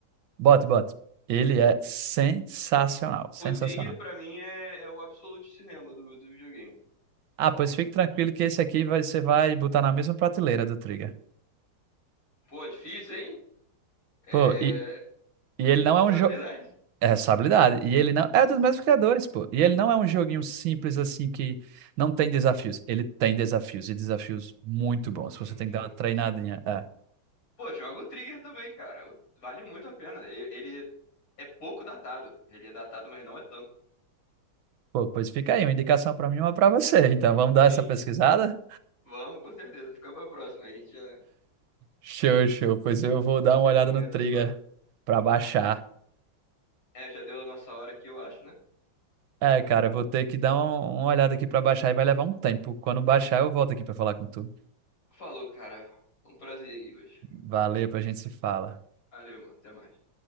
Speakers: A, on the right; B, on the left.
A: bote, bote. Ele é sensacional, sensacional.
B: O Trigger pra mim é, é o absolute cinema do, do videogame.
A: Ah, pois fique tranquilo que esse aqui vai- você vai botar na mesma prateleira do Trigger.
B: Pô, difícil, hein? É,
A: Pô, e, e ele
B: é responsabilidade.
A: não é um jogo. É responsabilidade. E ele não. É dos mesmos criadores, pô. E ele não é um joguinho simples assim que não tem desafios. Ele tem desafios e desafios muito bons. Você
B: Hum,
A: tem
B: show.
A: que dar uma treinadinha. É.
B: Pô, joga o Trigger também, cara. Vale muito a pena. E- Ele é pouco datado. Ele é datado, mas não é tanto.
A: Pô, pois fica aí, uma indicação pra mim e uma pra você. Então vamos dar
B: Sim,
A: essa pesquisada?
B: vamos, com certeza. Fica pra próxima. A gente já,
A: Show, show. Pois eu vou dar uma
B: já
A: olhada
B: comenta
A: no Trigger
B: sobre.
A: pra baixar.
B: É, já deu a nossa hora aqui, eu acho, né?
A: É, cara, eu vou ter que dar um- uma olhada aqui pra baixar e vai levar um tempo. Quando baixar, eu volto aqui pra falar com tu.
B: Falou, cara. Um prazer aí hoje.
A: Valeu, a gente se fala.
B: Valeu, mano. Até mais.